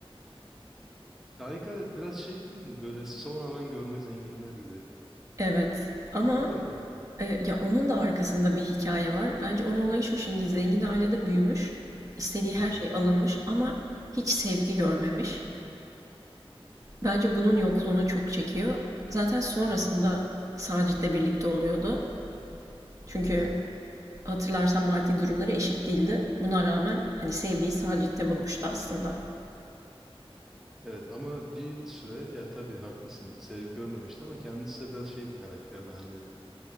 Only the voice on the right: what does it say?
Evet ama
e, ya onun da arkasında bir hikaye var. Bence onun olayı şu şimdi zengin ailede büyümüş, istediği her
şey alınmış ama hiç sevgi görmemiş. Bence bunun yokluğunu çok çekiyor. Zaten sonrasında
Sacit'le birlikte oluyordu. Çünkü
hatırlarsan maddi durumları eşit değildi. Buna rağmen hani sevgiyi Sacit'te bulmuştu aslında.